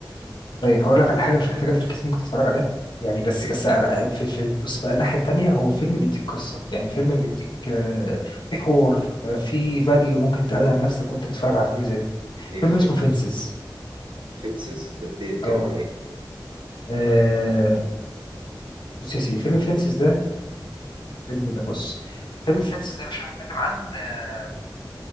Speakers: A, on the left; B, on the right.
A: طيب هقول لك على حاجة مش محتاجة تركيز ممكن تتفرج عليها يعني بس
B: في
A: بس على في في بص بقى الناحية التانية هو فيلم بيديك قصة يعني فيلم بيديك آه، في حوار آه، في فاليو ممكن تقعدها لنفسك وانت بتتفرج على فيلم زي ده
B: إيه
A: فيلم
B: في
A: اسمه فينسز
B: فينسز ده بيتكلم
A: اه
B: على إيه
A: آه، بص يا سيدي فيلم فينسز ده فيلم ده بص فيلم فينسز ده يا باشا بيتكلم عن آه،